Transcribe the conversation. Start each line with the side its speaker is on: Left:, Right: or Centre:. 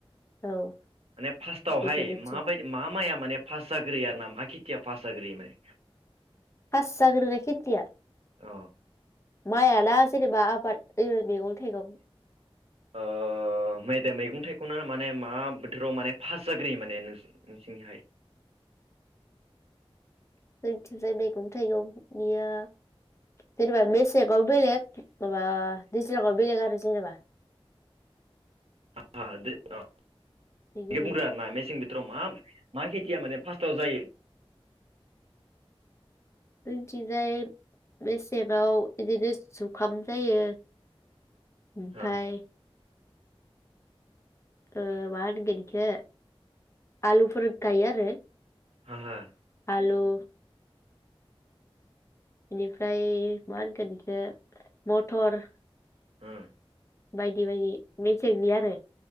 Left: औ
Right: माने फार्स्टआवहाय
Left: बिदिनोसै
Right: माबायदि मा माइया माने फार्स्ट जाग्रोयो आरोना मा खिथिया फास जाग्रोयो माने
Left: फास जाग्रोनाय खेथिया
Right: अ
Left: मायाना जेनेबा आबाद ओ मेगं थायगं
Right: औ मैदेम मैगं थाइगङा माने मा बोथोराव माने फास जाग्रोयो माने नोंसिनिहाय
Left: जोंथिंजाय मैगं थाइगंनिया जेनेबा मेस बेलेग माबा दैज्लां आव बेलेग आरो जेनेबा
Right: <unintelligible> दै ओ
Left: बिदिनो
Right: बियो बुंदो आरोना मेसें बो बोथोराव मा मा खेथिया माने फासत जायो
Left: जोंनिथिंजाय मेसेंङाव इदिनो जुखाम जायो। औमफाय
Right: हा
Left: ओ माहोनगोन इखो आलुफोर गायो आरो।
Right: हा हा
Left: हेल' बेनिफ्राय मा होनगोन इखौ मटर
Right: ओ
Left: बायदि बायदि मेसेंनि आरो